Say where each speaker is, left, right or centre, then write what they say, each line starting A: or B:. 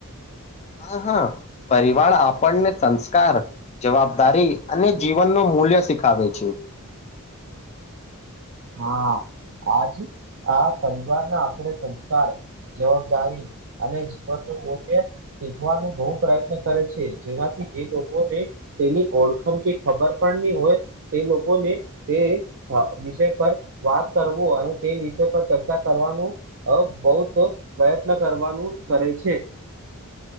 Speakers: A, on the left; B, on the right.
A: હા હા પરિવાર આપણને સંસ્કાર, જવાબદારી અને જીવનનું મૂલ્ય શીખાવે છે.
B: હા આજ આ સંજવાના આપણે સંસ્કાર જવાબદારી અને જીવનનું મૂલ્ય શીખવાનું બોવ પ્રયત્ન કરે છે જેના એ લોકોને તેની ઓળખમ કે ખબર પણ ની હોય તે લોકોને તે હા વિશે પર વાત કરવું અને તે વિષય પર ચર્ચા કરવાનું અ બોવ ત પ્રયત્ન કર વાનું કરે છે.